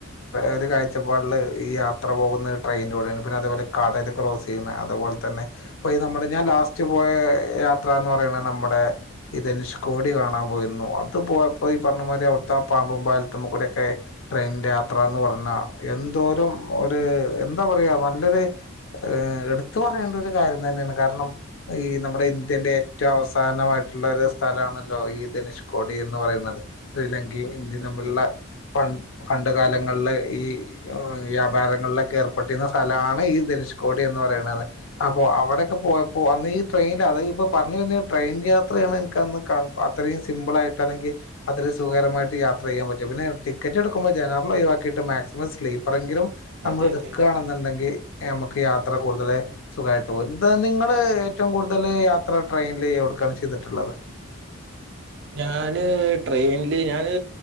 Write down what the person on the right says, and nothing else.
അതെ
അതെ
അതെ
ഞാന് ട്രെയിനില് ഞാന്